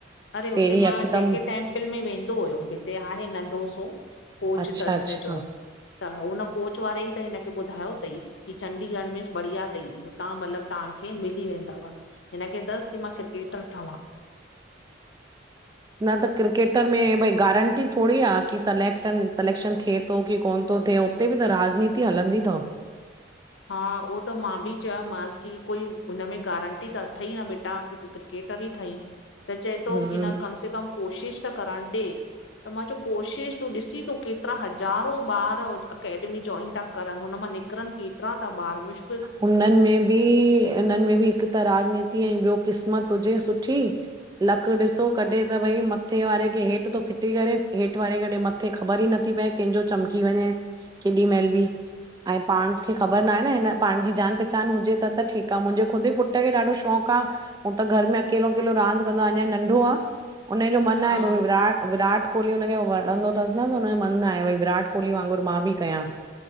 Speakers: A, on the left (about 70°); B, on the right (about 20°).
A: अरे हुते
B: पहिरीं
A: मां
B: यकदमि
A: जेके टेंम्पिल में वेंदो हुयो, हिते आहे नंढो सो। कोच
B: अच्छा
A: तसि
B: अच्छा
A: हिनजो त उन्ह कोच वारे ई त हिनखे ॿुधायो तईंसि की चंडीगढ़ में बढ़िया तई हुतां मतलबु तहांखे मिली वेंदव। हिन खे तसि कि मां क्रिकेटर ठहिंवां।
B: न त क्रिकेटर में भई गारंटी थोड़ी आ की सलेक्टन सलेक्शन थिए तो की कोन्ह तो थिए उते ॿि त राजनीति हलंदी थव
A: हा उहो त मां भी चयोमांसि की कोई हुन में गारंटी त अथई न ॿेटा की तूं क्रिक केटर ई ठंई त चए तो
B: हम्म,
A: कि न कम से कम कोशिश त करणुं ॾे त मां च्यो कोशिश तूं ॾिसी तो केतिरा हज़ारो ॿार अकेडमी ज्वाइन इन ता करनि हुन मां निकिरनि केतिरा ता ॿार मुश्क
B: हुननि में बि इन्हनि में बि हिकु त राजनीति ऐं ॿियो क़िस्मत हुजे सुठी लक ॾिसो कॾहिं त भई मत्थे वारे खे हेठि तो फिटी करे हेठि वारे खे कॾहि मथ किथे ख़बर ई नथी पए कंहिंजो चमकी वञे केॾी महिल बि ऐं पांण खे ख़ॿर नाहे न हिन पांण ॼी ॼान पहिचान हुॼे त त ठीक आ मुंॼे खुद ई पुट्र खे ॾाढो शौक़ु आ हू त घर में अकेलो अकेलो रांदि कंदो अंञां नंढो आ उन्हें ॼो मन आहे
A: हा
B: भ विराट विराट कोहली हुनखे वणंदो थसि न त हुनॼो मन आहे भई विराट कोहली वांगुर मां ॿि कयां